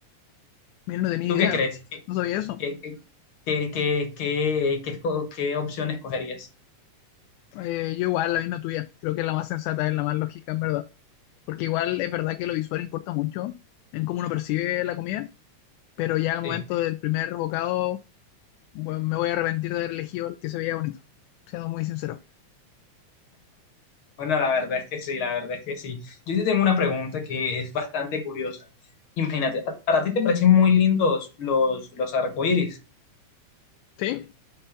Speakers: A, on the left (about 85°); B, on the left (about 50°).
A: Mira, no tenía
B: ¿Tú
A: idea,
B: qué crees? ¿Qué,
A: no sabía eso.
B: qué, qué, qué qué qué qué opción escogerías?
A: Eh, yo igual, la misma tuya, creo que es la más sensata, es la más lógica, en verdad. Porque igual es verdad que lo visual importa mucho en cómo uno percibe la comida, pero ya al
B: Sí,
A: momento del primer bocado, bueno, me voy a arrepentir de haber elegido el que se veía bonito, siendo muy sincero.
B: Bueno, la verdad es que sí, la verdad es que sí. Yo te tengo una pregunta que es bastante curiosa. Imagínate, ¿a- ¿para ti te parecen muy lindos los, los arcoíris?
A: ¿Sí?